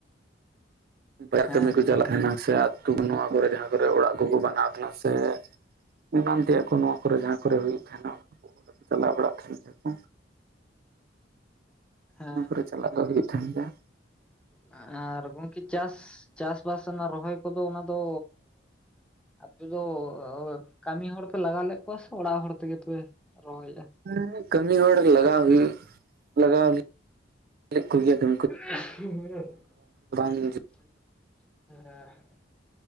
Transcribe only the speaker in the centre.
ᱦᱮᱸ
ᱦᱮᱸ
ᱦᱮ
ᱦᱮ, ᱟᱨ ᱜᱚᱝᱠᱮ ᱪᱟᱥ ᱪᱟᱥᱵᱟᱥ ᱨᱮᱱᱟᱜ ᱨᱚᱦᱚᱭ ᱠᱚᱫᱚ ᱚᱱᱟ ᱫᱚ ᱟᱯᱮ ᱫᱚ ᱠᱟᱹᱢᱤ ᱦᱚᱲᱯᱮ ᱞᱟᱜᱟᱣ ᱞᱮᱫ ᱠᱚᱣᱟ ᱥᱮ ᱚᱲᱟᱜ ᱦᱚᱲ ᱛᱮᱜᱮ ᱯᱮ ᱨᱚᱦᱚᱭᱮᱜ-ᱟ?
<unintelligible>